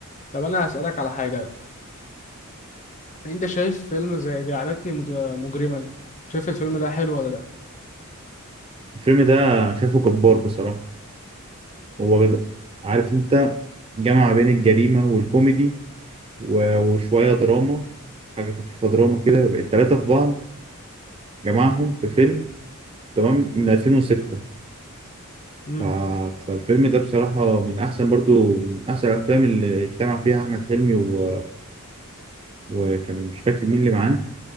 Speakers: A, on the left; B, on the right.
A: طب أنا هسألك على حاجة أنت شايف فيلم زي جعلتني مد- مجرما شايف الفيلم ده حلو ولا لأ؟
B: الفيلم ده شايفه جبار بصراحة هو ده- عارف أنت جمع بين الجريمة والكوميدي و- وشوية دراما حاجة خفيفة دراما كده التلاتة في بعض جمعهم في فيلم تمام من 2006
A: امم
B: ف... فالفيلم ده بصراحة من أحسن برضو من أحسن الأفلام اللي اجتمع فيها أحمد حلمي و... وكان مش فاكر مين اللي معاه